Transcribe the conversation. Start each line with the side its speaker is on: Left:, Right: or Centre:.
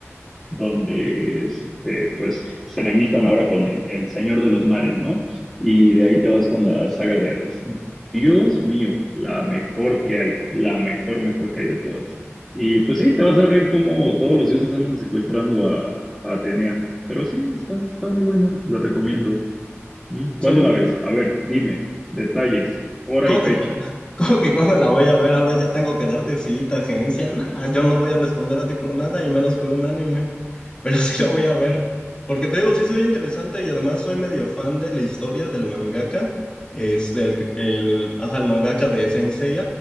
Centre: donde este, pues se enemistan ahora con el, el Señor de los Mares, ¿no? Y de ahí te vas con la saga de Hades. Dios mío, la mejor que hay, la mejor, mejor que hay de todas. Y pues sí, te vas a reír como todos los dioses andan secuestrando a, a Atenea. Pero sí, está, está muy buena, te la recomiendo. Mm,
Left: Sí.
Centre: ¿Cuándo la ves? A ver, dime, detalles, hora
Left: ¿Cómo
Centre: y fecha.
Left: que, cu- <laughs> cómo que cuando la voy a ver? Ahora ya tengo que darte cita, agencia. Nah, ah, yo no voy a responder a ti por nada y menos por un anime. Pero <laughs> sí lo voy a ver. Porque te digo, sí soy interesante y además soy medio fan de la historia del mangaka. Es del, el, ajá, el mangaka de Sensei